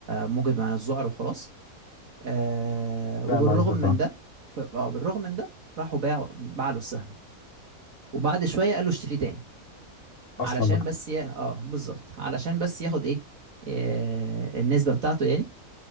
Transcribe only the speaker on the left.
فاهم
قصدك
آه.
اصلا
بقى